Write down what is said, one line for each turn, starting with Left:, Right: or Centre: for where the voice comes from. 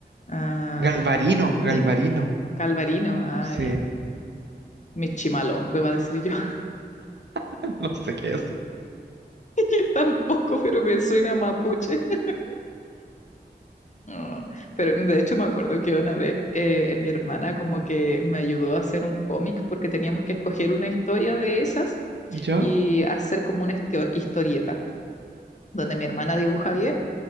Left: Ah,
Right: Galvarino,
Left: mi-
Right: Galvarino.
Left: Galvarino, ah,
Right: Sí,
Left: ya. Michimalonco iba a decir yo. <laughs>
Right: <laughs> no sé qué es.
Left: Yo tampoco, pero me suena mapuche. <laughs> No, Pero de hecho me acuerdo que una vez eh, mi hermana como que me ayudó a hacer un cómic porque teníamos que escoger una historia de esas
Right: ¿Ya?
Left: y hacer como una histio- historieta donde mi hermana dibuja bien.